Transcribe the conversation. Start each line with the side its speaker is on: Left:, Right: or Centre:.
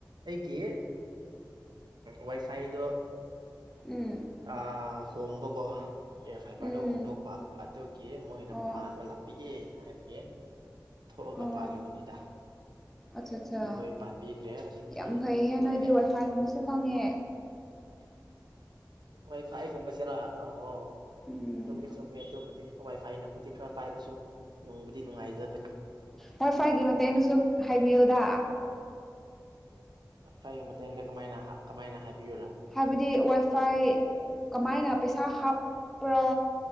Right: ꯑꯩꯒꯤ ꯋꯥꯏꯐꯥꯏꯗꯣ
Centre: ꯎꯝ
Right: ꯑ ꯍꯣꯡꯕꯀꯣ ꯑꯦꯌꯥꯔ ꯐꯥꯏꯚꯔꯗ
Centre: ꯎꯝ
Right: ꯍꯣꯡꯗꯣꯛꯄ ꯑꯗꯨꯒꯤ ꯃꯣꯏꯅ
Centre: ꯑꯣ
Right: ꯄꯥꯟꯕ ꯂꯥꯛꯄꯤꯒꯦ ꯍꯥꯏꯕꯒꯤ ꯊꯣꯛꯑꯒ
Centre: ꯑꯣ
Right: ꯄꯥꯜꯂꯨꯕꯅꯤꯗ
Centre: ꯑꯠꯆꯥ ꯑꯠꯆꯥ
Right: ꯑꯗꯨ ꯂꯣꯏ ꯄꯥꯟꯕꯤꯈ꯭ꯔꯦ ꯍꯧꯖꯤꯛꯇꯤ
Centre: ꯌꯥꯝ ꯐꯩꯍꯦ
Right: ꯂꯣꯏꯔꯦ
Centre: ꯅꯣꯏꯗꯤ ꯋꯥꯏꯐꯥꯏꯒꯨꯝꯕꯁꯨ ꯐꯪꯉꯦ
Right: ꯋꯥꯏ ꯐꯥꯏ ꯀꯣꯝꯕ ꯆꯦꯔ ꯑꯣ
Centre: ꯎꯝ
Right: ꯆꯨꯝꯃꯤ ꯆꯨꯝꯃꯤ ꯑꯗꯨꯕꯨꯗꯤ ꯋꯥꯏ ꯐꯥꯏꯅꯕꯨꯗꯤ ꯈꯔ ꯄꯥꯏꯕꯁꯨ ꯅꯨꯡꯕꯨꯗꯤ ꯅꯨꯡꯉꯥꯏꯖꯕꯅꯤ
Centre: ꯍꯣꯏ ꯐꯔꯒꯤ ꯃꯇꯦꯡ ꯑꯩꯅꯁꯨ ꯍꯥꯏꯕꯤꯌꯨꯗ
Right: ꯍꯣꯏ ꯐꯔ ꯃꯇꯦꯡꯗ ꯀꯃꯥꯏꯅ ꯀꯃꯥꯏꯅ ꯍꯥꯏꯕꯤꯌꯨꯔꯥ
Centre: ꯍꯥꯏꯕꯗꯤ ꯋꯥꯏꯐꯥꯏ ꯀꯃꯥꯏꯅ ꯄꯩꯁꯥ ꯍꯥꯞꯄ꯭ꯔꯣ